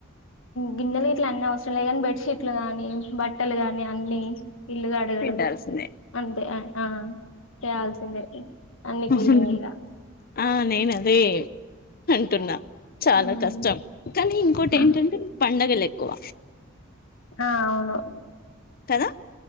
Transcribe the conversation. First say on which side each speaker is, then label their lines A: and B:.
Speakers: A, on the left; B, on the left.
A: గిన్నెలు గిట్ల అన్ని అవసరం లే కాని బెడ్షీట్లు గాని బట్టలు గాని అన్ని ఇళ్ళు కడగడం
B: పిండాల్సిందే
A: అంతే ఐ ఆ చేయాల్సిందే ఉ అన్ని
B: అవును
A: క్లీనింగిగా
B: ఆ నేనదే అంటున్నా చాలా
A: ఉమ్
B: కష్టం కనీ ఇంకోటి
A: ఆ
B: ఏంటంటే పండగలె క్కవ
A: ఆ అవును
B: కదా